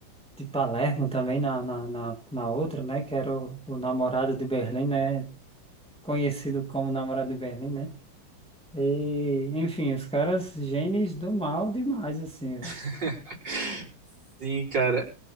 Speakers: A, in the centre; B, on the right (about 70°).
A: de Palermo também na, na, na, na outra, né? Que era o, o namorado de Berlim, né? Conhecido como namorado de Berlim, né? E, enfim, os caras gênios do mal demais, assim, velho.
B: <laughs> sim, cara.